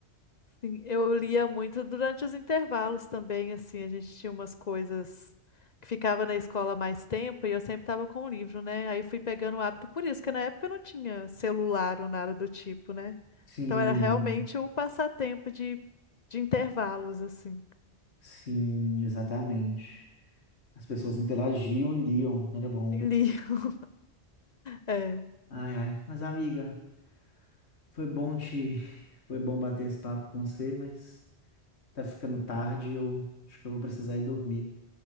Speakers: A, on the left (about 45°); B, on the left (about 75°).
A: sim, eu lia muito durante os intervalos também, assim, a gente tinha umas coisas que ficava na escola mais tempo e eu sempre tava com o livro, né? Aí eu fui pegando o hábito por isso, que na época eu não tinha celular ou nada do tipo, né?
B: Sim,
A: Então era realmente o passatempo de, de intervalos, assim.
B: sim, exatamente. As pessoas interagiam e liam, era bom.
A: E li. <laughs> É.
B: Ai, ai. Mas, amiga, foi bom te. Foi bom bater esse papo com você, mas tá ficando tarde e eu acho que eu vou precisar ir dormir,